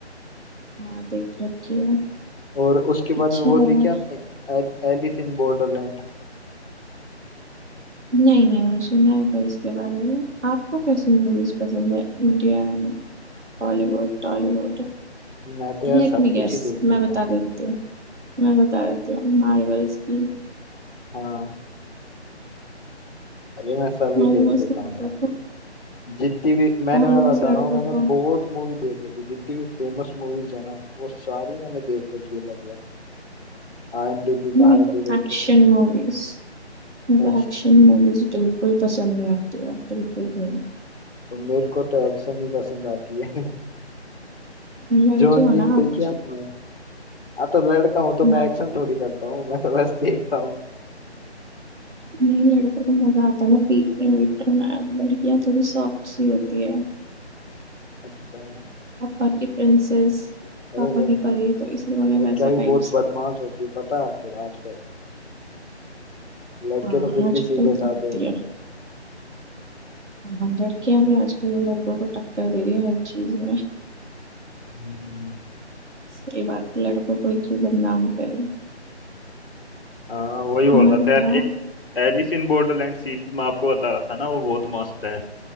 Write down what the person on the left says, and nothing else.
और उसके
बाद में वो
देखी आपने एलिस इन बॉर्डरलैंड
मैं तो यार
सब
कुछ ही देख लेता
हूँ
हाँ अरे मैं
सभी
देख लेता
हूँ यार
जितनी भी मैंने
मैं बता
रहा हूँ मैंने
बहुत मूवी देख रखी जितनी भी फेमस मूवीज है ना वो सारी मैंने देख रखी है लगभग आईएमडीबी
का हाईली
रेटेड
है
एक्शन
तो मेरे को तो एक्शन ही पसंद आती है <laughs>
जॉन
विक
देखी
आपने हाँ तो लड़का हूँ तो
मैं एक्शन थोड़ी करता हूँ मैं तो बस देखता हूँ
अच्छा
अरे
लड़,
लड़कियां
भी
बहुत
बदमाश होती है पता है आपको आजकल लड़के
तो फिर
भी सीधे साधे
होते
हैं
हम्म।
हाँ वही बोल
रहा था
यार एक एलिस इन बॉर्डरलैंड सीरीज में आपको बता रहा था ना वो बहुत मस्त है